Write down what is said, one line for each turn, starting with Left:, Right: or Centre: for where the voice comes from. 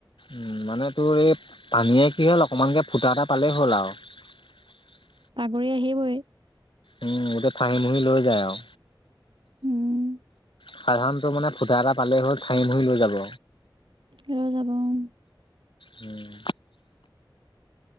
Left: উম মানে তোৰ এই পানীয়ে কি হ'ল অকমানকে ফুটা এটা পালেই হ'ল আৰু। <inaudible>
Right: বাগৰি আহিবই।
Left: উম গোটেই ঠাহি মুহি লৈ যায় আৰু।
Right: উম।
Left: সাধাৰণ টোৰ মানে ফুটা এটা পালেই হ'ল ধাহি মুহি লৈ যাব।
Right: <unintelligible>
Left: উম।